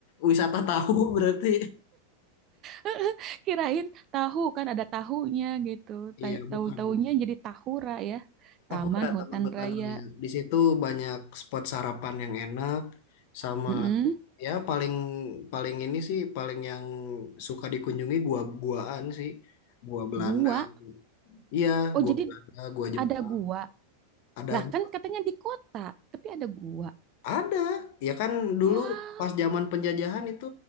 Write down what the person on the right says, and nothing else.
<laughs> Kirain tahu kan ada tahunya gitu. Ta-
Tahu-tahunya
jadi tahura ya.
Taman hutan
raya.
Mm-mm.
Gua.
Oh,
jadi
ada gua.
Lah, kan katanya di kota, tapi ada gua.
Wah,